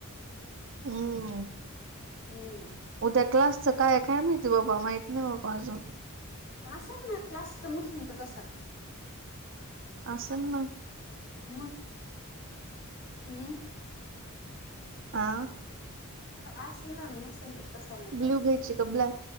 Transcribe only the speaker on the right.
हम्म.
उद्या क्लासचं काय काय माहिती बाबा माहिती नाही बाबा अजून.
असं ना
आ?
ब्ल्यू घ्यायची का ब्लॅक